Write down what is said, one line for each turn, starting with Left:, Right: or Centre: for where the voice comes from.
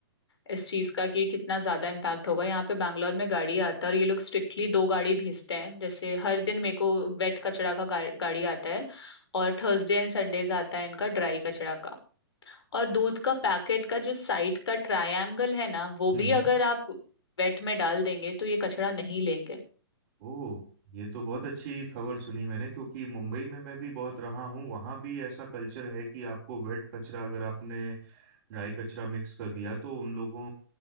Left: इस चीज का कि कितना ज्यादा इम्पैक्ट होगा यहाँ पे बैंगलोर में गाड़ी आता है और ये लोग स्ट्रिक्टली दो गाड़ी भेजते हैं जैसे हर दिन मेरे को वेट कचरा का गा, गाड़ी आता है और थर्सडे एंड संडेज आता है इनका ड्राई कचरा का और दूध का पैकेट का जो साइड का ट्रायंगल है ना वो
Right: हम्म
Left: भी अगर आप वेट में डाल देंगे तो ये कचरा नहीं लेंगे
Right: ओह ये तो बहुत अच्छी खबर सुनी मैंने क्योंकि मुंबई में मैं भी बहुत रहा हूँ वहाँ भी ऐसा कल्चर है कि आपको वेट कचरा अगर आपने ड्राई कचरा मिक्स कर दिया तो उन लोगों